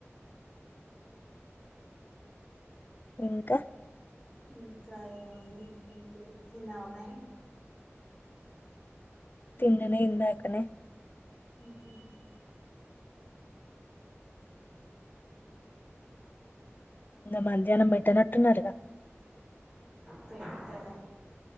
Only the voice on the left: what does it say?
ఇంకా
తిన్ననే ఇందాకనే
ఇంకా మధ్యాహ్నం పెట్టనట్టున్నారుగా